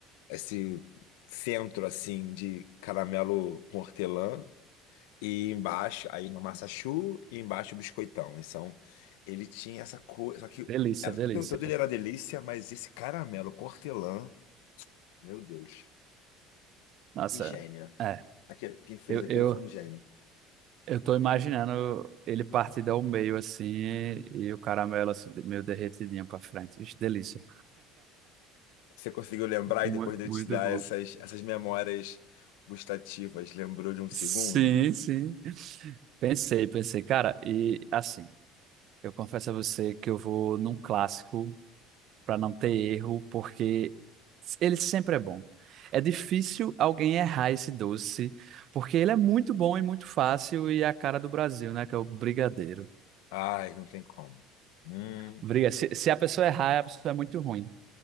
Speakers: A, on the left; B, on the right.
A: esse centro assim de caramelo com hortelã e embaixo, aí uma massa choux e embaixo o biscoitão. Então, ele tinha essa coisa, só que
B: Delícia,
A: era,
B: delícia.
A: tudo tudo ele era delícia, mas esse caramelo com hortelã, meu Deus,
B: Nossa,
A: que gênio.
B: é.
A: Aquele, quem fez
B: Eu,
A: aquilo
B: eu,
A: foi um gênio.
B: eu tô imaginando ele partida ao meio assim e o caramelo assim, meio derretidinho pra frente. Ixi, delícia.
A: Você conseguiu lembrar
B: Muito,
A: e depois de
B: muito
A: eu te dar
B: bom.
A: essas, essas memórias gustativas, lembrou de um segundo?
B: Sim, sim. Pensei, pensei. Cara, e assim, eu confesso a você que eu vou num clássico pra não ter erro, porque ele sempre é bom. É difícil alguém errar esse doce, porque ele é muito bom e muito fácil e é a cara do Brasil, né? Que é o brigadeiro.
A: Ai, não tem como. Hum.
B: Briga. Se, se a pessoa errar, a pessoa é muito ruim.